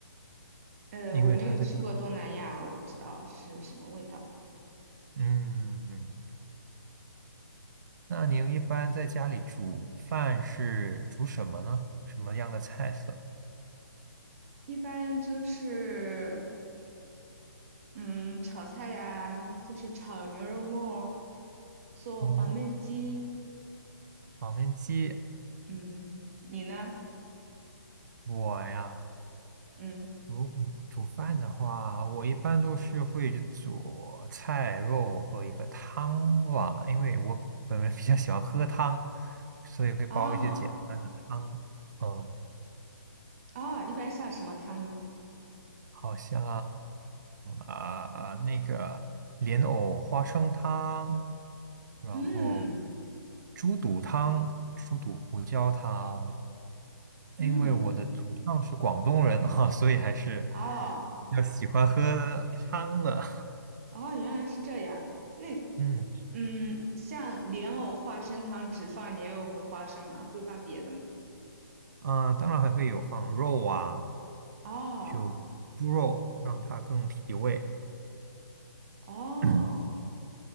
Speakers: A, on the right; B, on the right.
A: 呃，
B: 因为它在，
A: 我没有去过东南亚，我不知道是什么味道。
B: 嗯，那您一般在家里煮饭是煮什么呢？什么样的菜色？
A: 一般就是，嗯，炒菜呀、就是炒牛肉末，做黄焖鸡。
B: 嗯，黄焖鸡，
A: 嗯，你呢？
B: 我呀。
A: 嗯，
B: 如果煮饭的话，我一般都是会去做菜肉和一个汤吧，因为我本人比较喜欢喝汤，所以会煲一些简单的汤。
A: 哦
B: 嗯，
A: 哦，一般下什么汤呢？
B: 好像啊、那个莲藕花生汤，然后
A: 嗯
B: 猪肚汤、猪肚胡椒汤。
A: 嗯，
B: 因为我的祖上是广东人啊，所以还是
A: 哦
B: 比较喜欢喝汤的。
A: 哦，原来是这样。那
B: <laughs> 嗯。
A: 嗯，像莲藕花生汤只放莲藕和花生吗？会放别的吗？
B: 啊，当然还会有放肉啊，
A: 哦
B: 就猪肉让它更提味。
A: 哦
B: <clears throat>